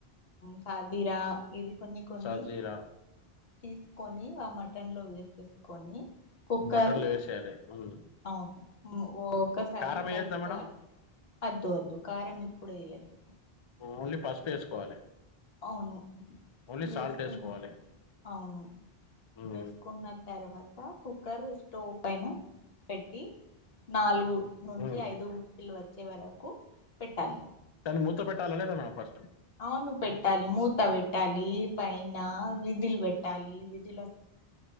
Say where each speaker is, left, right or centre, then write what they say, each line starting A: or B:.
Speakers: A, on the left (about 70°); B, on the left (about 40°).
A: సాజిరా ఇది కొన్ని కొన్ని
B: సాజీరా
A: తీసుకొని ఆ మట్ పట్టెన్లో వేసేసుకొని కుక్కర్
B: మట్టన్ర్లు వేసేయాలి ఉమ్,
A: అవును ఒక్కసారి
B: ఉమ్. కారం
A: కలుపుకోవాలి
B: వేయద్దా మేడం
A: అద్దు అద్దు కారం ఇప్పుడ ఈఅద్దు
B: ఓన్లీ పసుపు వేసుకోవాలి
A: అవును
B: ఓన్లీ
A: వేసుకున్న
B: సాల్ట్ వేసుకోవాలి
A: అవును
B: ఉమ్,
A: వేసుకున్న తర్వాత కుక్కర్ స్టోవ్ పైన పెట్టి నాలుగు నుంచి
B: ఉమ్.
A: ఐదు లు వచ్చే వరకు పెట్టాలి
B: మూత పెట్టాల లేదా మేడం ఫస్ట్
A: అవును పెట్టాలి మూత పెట్టాలి పైన విధిలు పెట్టాలి విధిల